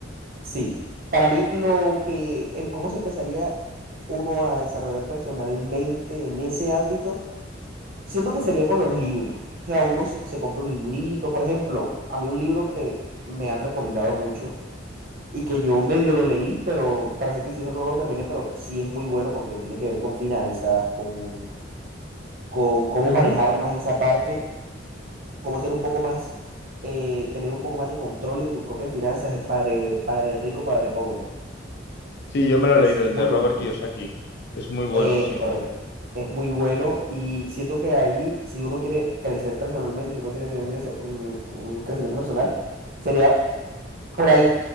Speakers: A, on the right (about 50°); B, on the left (about 60°).
A: Sí, para mí lo que, el cómo se empezaría uno a desarrollar personalmente en ese ámbito, siento que sería con los libros. O sea, uno si se compra un librito, por ejemplo, a mí un libro que me han recomendado mucho y que yo medio lo leí, pero para ser sincero no lo terminé, pero sí es muy bueno porque tiene que ver con finanzas, con, con cómo
B: Ujú.
A: manejar más esa parte, cómo ser un poco más, eh, tener un poco más de control de tus propias finanzas, es Padre, Padre Rico, Padre Pobre.
B: Sí, yo me lo
A: Es
B: he leído,
A: muy
B: el de
A: bueno
B: Robert
A: ese
B: Kiyosaki.
A: libro.
B: Es muy bueno,
A: Es
B: sí.
A: correcto. Es muy bueno y siento que ahí, si uno quiere crecer personalmente, si uno quiere tener un, dese- un- un crecimiento personal, sería por ahí,